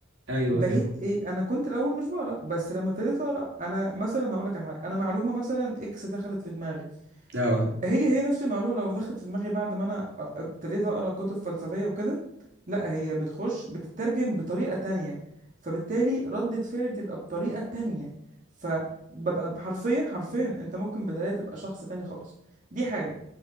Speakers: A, on the right; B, on the right.
A: أيوه
B: بقيت
A: أيوه
B: ايه انا كنت الاول مش بقرا بس لما ابتديت اقرا انا مثلا هقول لك على حاجه انا معلومه مثلا اكس دخلت في دماغي
A: أه
B: هي هي نفس المعلومه لو دخلت في دماغي بعد ما انا أ- ابتديت اقرا كتب فلسفيه وكده لا هي بتخش بتترجم بطريقه تانية فبالتالي ردة فعلي بتبقى بطريقه تانية فببقى حرفيا حرفيا انت ممكن بالقرايه تبقى شخص تاني خالص دي حاجه